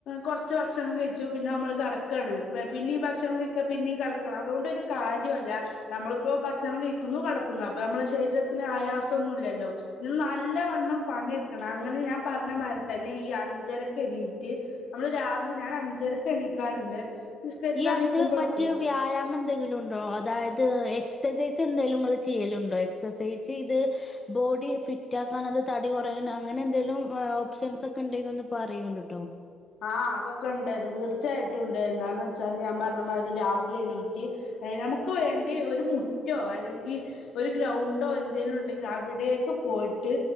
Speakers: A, on the left; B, on the left.
A: കുറച്ച് ഭക്ഷണം കഴിച്ചു പിന്നെ നമ്മള് തണുക്കുവാണ് പിന്നെഈ ഭക്ഷണം കഴിക്ക പിന്നെ ടണം അതുകൊണ്ട്ൊരു കാര്യല്ല നമ്മളിപ്പോ ഭക്ഷണം കഴിക്കുന്നു കിടക്കുന്നു അപ്പൊ നമ്മുടെ ശരീരത്തിന് ആയാസം ഒന്നല്ലല്ലോ ഇ നല്ലവണ്ണം പണിെടുക്കണം അങ്ങനെ ഞാൻ പറഞ്ഞ മാതിരി തന്നെ ഈ അഞ്ചര എണീറ്റ് നമ്മള് രാവിലെ ഞാൻ അഞ്ചരക്ക എണീക്കാറുണ്ട് നിസ്കരിക്കാൻ
B: ഈ അതിനന്
A: നിക്കുമ്പളൊക്കെ
B: പറ്റിയ വ്യായാമം എന്തെങ്കിലും ഉണ്ടോ അതായത് എക്സസൈസ് എന്തായാലും ചെയ്യലുണ്ടോ എക്സസൈസ് ഇത് ബോഡി ഫിറ്റ് ആ തടി കുറയാൻ അങ്ങനെ എന്തേലും ഓപ്ഷൻസ് ഒക്കെ ഉണ്ടെങ്ക ഒന്ന് പറയ കേട്ടോ
A: ആഹ് അതൊക്കെ ഉണ്ട് തീർച്ചയായിട്ടും ഉണ്ട് എന്താ വെച്ചാല് ഞാൻ പറഞ്ഞ മാതിരി രാവിലെ എണീറ്റ് നമുക്ക് വേണ്ടി ഒരു മുറ്റോ അല്ലെങ്കിൽ ഒരു ഗ്രൗണ്ടോ എന്തെങ്കലും ഉണ്ടെങ്കിൽ അവിടെയൊക്കെ പോ പോയിട്ട്